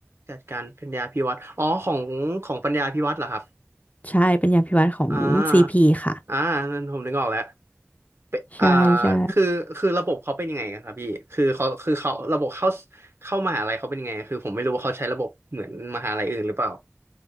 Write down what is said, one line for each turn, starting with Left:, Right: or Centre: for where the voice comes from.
Right: จัดการปัญญาภิวัฒน์อ๋อของของปัญญาภิวัฒน์เหรอครับ
Left: ใช่ปัญญาภิวัฒน์ของ
Right: อ่าอ่านั่นผมนึกออกแล้ว
Left: CP ค่ะ
Right: เป็นอ่า
Left: ใช่ใช่
Right: คือคือระบบเขาเป็นยังไงกันครับพี่คือเขาคือเขาระบบเข้าเข้ามหาลัยเขาเป็นยังไงคือผมไม่รู้ว่าเขาใช้ระบบเหมือนมหาลัยอื่นหรือเปล่า